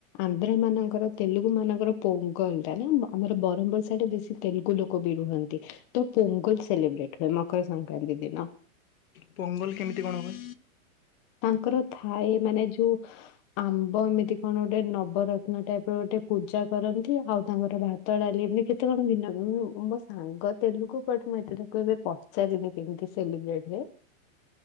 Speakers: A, on the left; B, on the left.
A: ଆନ୍ଧ୍ର ମାନଙ୍କର ତେଲୁଗୁ ମାନଙ୍କର ପୋଙ୍ଗଲ ଟା ନା ଆମର ବ୍ରରହ୍ମପୁର ସା ଟା ବେଶୀ ତେଲୁଗୁ ଲୋକ ବି ରୁହନ୍ତି ତ ପୋଙ୍ଗଲ ସେଲିବ୍ରେଟ ହୁଏ ମକର ସଂକ୍ରାନ୍ତି ଦିନ।
B: ପୋଙ୍ଗଲ କେମିତି କଣ ହୁଏ?
A: ତାଙ୍କର ଥାଏ ମାନେ ଯୋଉ ଆମ୍ବ ଏମିତି କଣ ଗୋଟେ ନବରତ୍ନ ଟାଇପର ଗୋଟେ ପୂଜା କରନ୍ତି ଆଉ ତାଙ୍କର ଭାତ ଡାଲି। କେତେ କଣ ଭିନ୍ନ ମ-ମୋ ସାଙ୍ଗ ତେଲୁଗୁ ବଟ ମୁଁ ଏତେ ତାକୁ ଏବେ ପଚାରିନି କେମିତି ସେଲିବ୍ରେଟ <unintelligible>